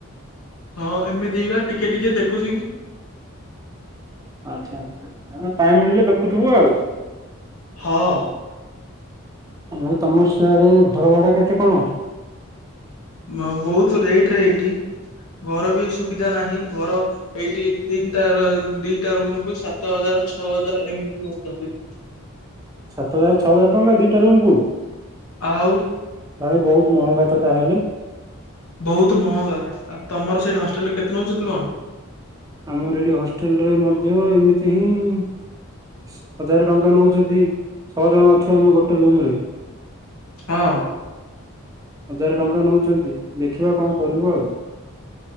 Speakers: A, on the left (about 85°); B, on the right (about 15°).
A: ହଁ ଏମିତି ବା ଟିକେ ଟିକେ ଦେଖୁଚି।
B: ଆଚ୍ଛା ଆଚ୍ଛା ଆଚ୍ଛା ଟାଇମ୍ ମିଳିଲେ ଦେଖୁଥିବୁ ଆଉ।
A: ହଁ।
B: ଆ ତମର ସିଆଡେ ଘର ଭଡା କେତେ କଣ।
A: ବହୁତ ରେଟ ରେ ଏଇଠି ଘର ବି ସୁବିଧା ନାହିଁ ଘର ଏଇଠି ତିନିଟା ଦିଟା ରୁମ କୁ ସାତ ହଜାର, ଛଅ ହଜାର ଏମିତି ନଉଛନ୍ତି।
B: ସାତ ହଜାର ଛଅ ହଜାର ଟଙ୍କା ଦିଟା ରୁମ୍ କୁ।
A: ଆଉ।
B: ଭାଇ ବହୁତ ମହଙ୍ଗା ତ ତାହେଲେ।
A: ବହୁତ ମହଙ୍ଗା ଆଉ ତମର ସେଇଠୀ ହଷ୍ଟେଲରେ କେତେ ନେଉଛନ୍ତି ତ କଣ।
B: ଆମର ଏଠି ହଷ୍ଟେଲରେ ମଧ୍ୟ ଏମିତି ହିଁ ହଜାର ଟଙ୍କା ନଉ ଯଦି ଛଅ ଜଣ ଅଛୁ ଆମେ ଗୋଟେ ରୁମ ରେ।
A: ହଁ।
B: ହଜାର ଟଙ୍କା ନେଉଛନ୍ତି ଦେଖିବା କଣ କରିବୁ ଆଉ।